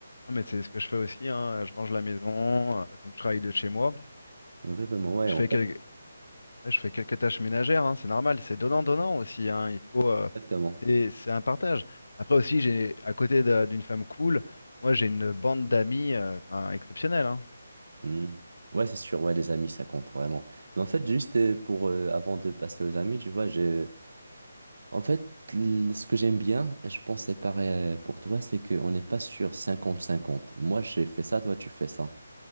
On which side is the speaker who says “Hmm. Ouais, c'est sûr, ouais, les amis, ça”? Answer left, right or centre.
Right